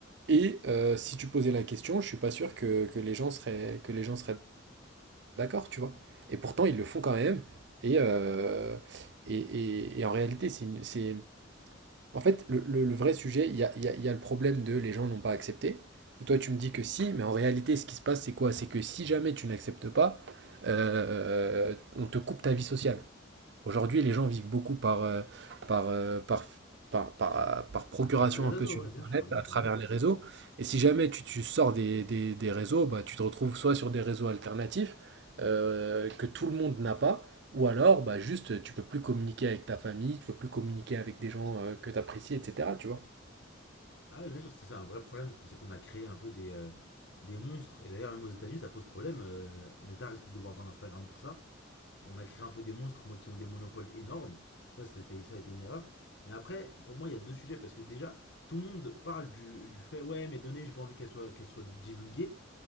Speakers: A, on the right; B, on the left.
A: et euh, si tu posais la question, je suis pas sûr que, que les gens seraient, que les gens seraient d'accord, tu vois. Et pourtant, ils le font quand même. Et, euh, et, et- et en réalité, c'est, une- c'est... En fait, le, le- le vrai sujet, il y a, il y a- il y a le problème de les gens n'ont pas accepté. Et toi, tu me dis que si, mais en réalité, ce qui se passe, c'est quoi? C'est que si jamais tu n'acceptes pas, euh, on te coupe ta vie sociale. Aujourd'hui, les gens vivent beaucoup par, euh, par, euh, par, par, par- par procuration
B: À travers les réseaux,
A: un peu sur
B: ouais,
A: Internet,
B: bien sûr, bien
A: à
B: sûr.
A: travers les réseaux. Et si jamais tu, tu sors des, des- des réseaux, bah, tu te retrouves soit sur des réseaux alternatifs euh, que tout le monde n'a pas, ou alors bah, juste tu peux plus communiquer avec ta famille, tu peux plus communiquer avec des gens euh, que tu apprécies, etc. Tu vois.
B: Ah oui, bien sûr, c'est ça, un vrai problème, c'est qu'on a créé un peu des, euh, des monstres. Et d'ailleurs, même aux États-Unis, ça pose problème. euh, Meta risque de devoir vendre Instagram pour ça On a créé un peu des monstres moi, qui ont des monopoles énormes. Ça, c'était, ça a été une erreur. Mais après, pour moi, il y a deux sujets. Parce que déjà, tout le monde parle du, du fait ouais, mes données, j'ai pas envie qu'elles soient, qu'elles soient divulguées.